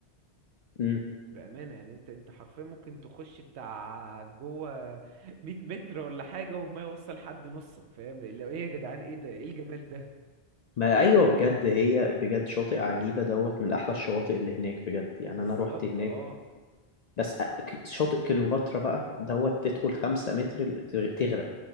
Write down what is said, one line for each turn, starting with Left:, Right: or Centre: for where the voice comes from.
Left: مم.
Right: بأمانة يعني انت انت حرفيا ممكن تخش بتاع جوه <laughs> 100 متر ولا حاجة وما يوصل حد نصك فاهم لو ايه يا جدعان ايه ده ايه الجمال ده
Left: ما ايوه بجد هي بجد شاطئ عجيبة دوت من احلى الشواطئ اللي هناك بجد يعني
Right: بالظبط
Left: انا روحت هناك
Right: اه
Left: بس أ- ك- شاطئ كليوباترا بقى دوت تدخل خمسة متر ال- تغ- تغرق